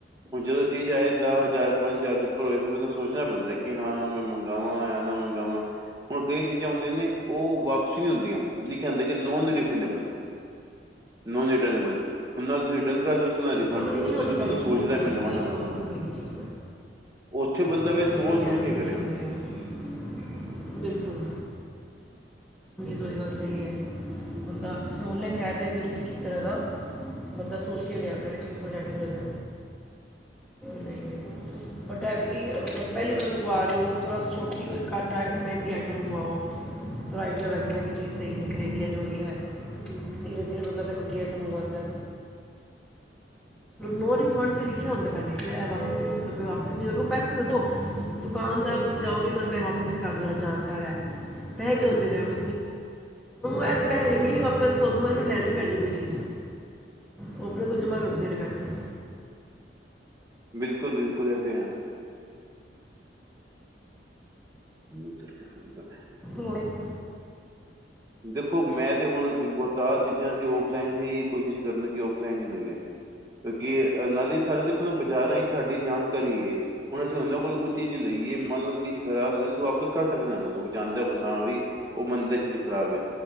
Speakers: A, on the right; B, in the centre.
A: ਹੁਣ ਜਦੋਂ ਚੀਜ਼ ਆਏ ਦਾ ਹਜ਼ਾਰ ਪੰਜ ਹਜ਼ਾਰ ਦੇ ਉੱਪਰ ਹੋਏ, ਫਿਰ ਮੈਨੂੰ ਸੋਚਣਾ ਪੈਂਦਾ ਕਿ ਹਾਂ ਮੈਂ ਮੰਗਾਵਾ ਜਾਂ ਨਾ ਮਗਾਵਾ ਹੁਣ ਕਈ ਚੀਜ਼ਾਂ ਹੁੰਦੀਆਂ, ਨੇ ਉਹ ਵਾਪਸੀ ਨਹੀਂ ਹੁੰਦੀਆਂ ਜਿਹੜੀ ਕਹਿੰਦੇ ਕਿ ਨੋਨ ਰਿਫੰਡੇਬਲ ਨੋਨ ਰਿਟਰਨਏਬਲ ਹੁਣ ਨਾ ਤੁਸੀਂ ਰਿਟਰਨ ਕਰ ਸਕਦੇ ਹੋ ਨਾ ਰਿਫੰਡ
B: ਉਹ ਲਿਖੇ
A: ਫਿਰ ਉਸ
B: ਹੁੰਦੇ
A: ਵਿੱਚ
B: ਆ,
A: ਬੰਦਾ
B: ਪਹਿਲੇ
A: ਸੋਚਦਾ
B: ਨੋ ਰਿਫੰਡ
A: ਮੈਂ ਲਵਾਂ ਨਾ ਲਵਾਂ
B: ਹੋਏਗੀ ਚੀਜ਼
A: ਉੱਥੇ ਬੰਦਾ
B: ਹਾਂ,
A: ਵੀ
B: ਸਹੀ
A: ਸੋਚ
B: ਕਹਿ
A: ਸਮਝ
B: ਰਹੇ
A: ਕੇ
B: ਹੋ ਲਿਖਿਆ
A: ਕਰੇ
B: ਹੁੰਦਾ ਰਹੇਗਾ ਬਿਲਕੁਲ ਤੁਹਾਡੀ ਗੱਲ ਸਹੀ ਹੈ ਬੰਦਾ ਔਨਲਾਈਨ ਹੈ, ਤਾਂ ਕਰੀ ਇੱਕ ਤਰ੍ਹਾਂ ਦਾ ਬੰਦਾ ਸੋਚ ਕੇ ਲਿਆ ਕੇੜੀ ਚੀਜ਼ ਕੋਈ ਲੈਣੀ ਹੋਏ, ਤਾਂ ਨਹੀਂ-ਨਹੀਂ ਬਟ ਐਵੇਂ ਕਿ ਤੁਹਾਨੂੰ ਪਹਿਲੀ ਵਾਰ ਮੰਗਵਾ ਰਹੇ ਹੋ, ਥੋੜੀ ਛੋਟੀ ਕੋਈ ਘੱਟ ਮਹਿੰਗੀ ਆਈਟਮ ਮੰਗਵਾਓ ਥੋੜ੍ਹਾ ਆਈਡੀਆ ਲੱਗਦਾ, ਕਿ ਚੀਜ਼ ਸਹੀ ਨਿਕਲੇਗੀ ਹੈ ਜੋ ਵੀ ਹੈ ਧੀਰੇ-ਧੀਰੇ ਬੰਦਾ ਫਿਰ ਵੱਡੀ ਆਈਟਮ ਮੰਗਵਾਦਾ ਨੌ ਰਿਫੰਡ ਤੇ ਲਿਖੇ ਹੋਦੇ ਵਾਪਿਸ-ਵਾਪਿਸ ਨਹੀ ਹੋਏ ਪੈਸਾ ਦੇਖੋ ਦੁਕਾਨਦਾਰ ਤੁਸੀ ਜਾਓਗੇ ਤੁਹਾਨੂੰ ਰੁਪਏ ਵਾਪਿਸ ਵੀ ਕਰ ਦਿਓ ਜਾਣਕਾਰ ਹੈ। ਪੈਸੇ ਵੀ ਦਾਂਦੇ ਤੁਹਾਨੂੰ ਇਹ ਪੈਸੇ ਦੇਣਗੇ ਨੀ ਵਾਪਸ ਤੁਹਾਨੂੰ ਇਹਨੂੰ ਲੈਣੀ ਪੈਣੀ ਕੋਈ ਚੀਜ਼ ਉਹ ਆਪਣੇ ਕੋਲ ਜਮ੍ਹਾਂ ਕਰਦੇ ਨੇ ਪੈਸੇ।
A: ਬਿਲਕੁਲ-ਬਿਲਕੁਲ ਇਥੇ ਹੈ। ਮੂੰਹ ਉਤਰ ਗਿਆ
B: ਗੁਡ ਮੋਰਨਿੰਗ।
A: ਦੇਖੋ ਮੈਂ ਤੇ ਹੁਣ ਜ ਬਹੁਤਾਰ ਚੀਜ਼ਾਂ ਔਫਲਾਈਨ ਹੀ ਕੋਸ਼ਿਸ਼ ਕਰਨ ਕਿ ਔਫਲਾਈਨ ਹੀ ਮਿਲੇ। ਕਿਉਂਕਿ ਨਾਲੇ ਸਾਡੇ ਦੇਖੋ ਨਾ ਬਾਜ਼ਾਰਾਂ ਇੱਕ ਸਾਡੀ ਜਾਣਕਾਰੀ ਏ। ਹੁਣ ਅਸੀਂ ਉਹਨਾਂ ਕੋਲ ਕੋਈ ਚੀਜ਼ ਲਈ ਮੰਨ ਲਓ, ਚੀਜ਼ ਖ਼ਰਾਬ ਅਸੀਂ ਵਾਪਿਸ ਕਰ ਸਕਦੇ ਹਾਂ। ਉਹਨਾਂ ਨੂੰ ਵੀ ਚਾਹਦੇ ਬੰਦਾ ਵੀ ਉਹ ਬੰਦੇ ਚ ਖਰਾਬ ਹੈ।